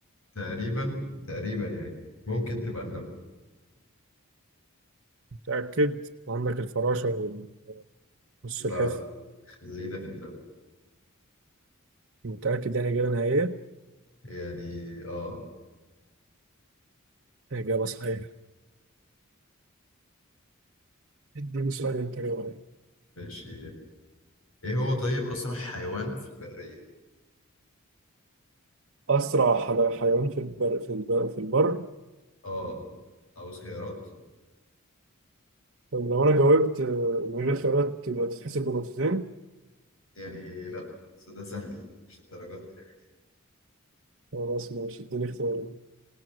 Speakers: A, on the left (about 70°); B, on the right (about 55°).
A: تقريبا تقريبا يعني ممكن تبقى النملة
B: متأكد عندك الفراشة وال- والسلحفة
A: لا لا خلينا في النملة
B: متأكد يعني إجابة نهائية
A: يعني اه
B: إجابة صحيحة اديني سؤال انت كده عليا.
A: ماشي ايه هو طيب اسرع حيوان في البرية
B: أسرع حل- حيوان في البر في البر في البر
A: اه عاوز خيارات
B: طب لو أنا جاوبت آه، من غير خيارات تبقى تتحسب بنقطتين
A: يعني لا بس ده سهل مش الدرجات يعني
B: خلاص ماشي اديني اختيارات